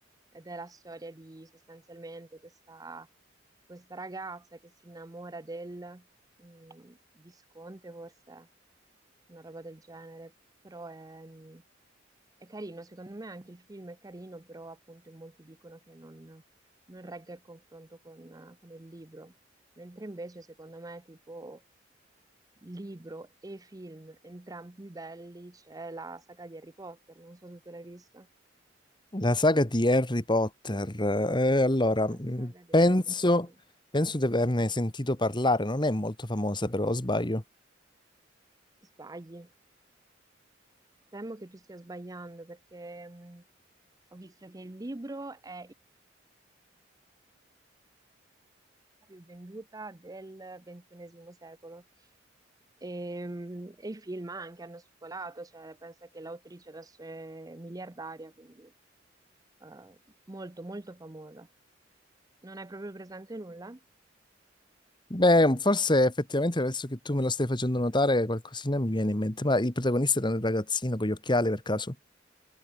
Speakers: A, on the right; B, on the left.
A: ed è la storia di sostanzialmente questa, questa ragazza che si innamora del mh, visconte, forse, una roba del genere, però è, mh, è carino, secondo me anche il film è carino, però appunto in molti dicono che non, non regga il confronto con con il libro. Mentre invece secondo me tipo libro e film, entrambi belli, c'è la saga di Harry Potter, non so se tu l'hai vista.
B: La saga di Harry Potter. eh, allora, mh,
A: La saga di
B: penso,
A: Harry Potter.
B: penso di averne sentito parlare. Non è molto famosa, però, o sbaglio.
A: Sbagli. Temo che tu stia sbagliando perché mh, ho visto che il libro è la più venduta del XXI secolo e, mh, e i film anche hanno spopolato, cioè pensa che l'autrice adesso è miliardaria, quindi eh, molto molto famosa. Non hai proprio presente nulla?
B: Beh, forse effettivamente adesso che tu me lo stai facendo notare, qualcosina mi viene in mente. Ma il protagonista era un ragazzino con gli occhiali per caso.